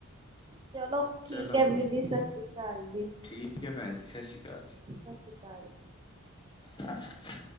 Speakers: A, on the right (about 20°); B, on the left (about 20°).
A: ਚਲੋ, ਠੀਕ
B: ਚਲੋ
A: ਐ ਵੀਰ ਜੀ, ਸਸ਼੍ਰੀ ਅਕਾਲ ਜੀ।
B: ਠੀਕ ਐ, ਭੈਣ ਜੀ ਸਸ੍ਰੀ ਅਕਾਲ
A: ਸਤਿ ਸ਼੍ਰੀ ਅਕਾਲ।
B: ਜੀ।